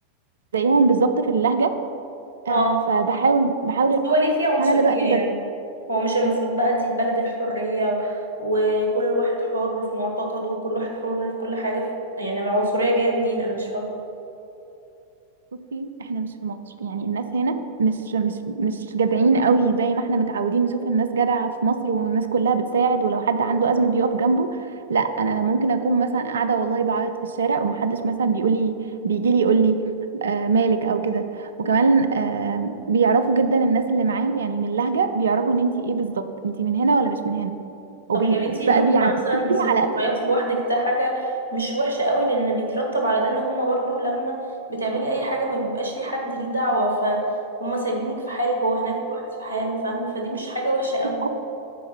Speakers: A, on the right; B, on the left.
A: زيهم بالظبط في اللهجة آه،
B: اه
A: فبحاول بحاول
B: هو ليه في عنصرية
A: فأنا دلوقتي
B: يعني هو مش المفروض بقى دي بلد الحرية وكل واحد حر في معتقده وكل واحد حر في كل حاجة في... يعني العنصرية جاية منين انا مش فاهمة
A: بصي احنا مش في مصر يعني الناس هنا مش مش مش جدعين قوي زي ما احنا متعودين نشوف الناس جدعة في مصر والناس كلها بتساعد ولو حد عنده أزمة بيقف جنبه لا انا ممكن اكون مثلا قاعدة والله بعيط في الشارع ومحدش مثلا بيقولي بيجي لي يقول لي آه مالك او كده وكمان آه بيعرفوا جدا الناس اللي معاهم يعني من اللهجة بيعرفوا ان انتي ايه بالظبط انتي من هنا ولا مش من هنا وبي-
B: طب يا بنتي
A: وبقى
B: ان هم
A: بيعرفوكي
B: مثلا بيسيبوكي
A: على
B: تعيطي لوحدك ده حاجه مش وحشه قوي لان بيترتب على ده ان هم برضو لما بتعملي اي حاجه ما بيبقاش ليه حد ليه دعوه فهم سايبينك في حالك هو هناك كل واحد في حاله فاهم فدي مش حاجه وحشه قوي
A: اساس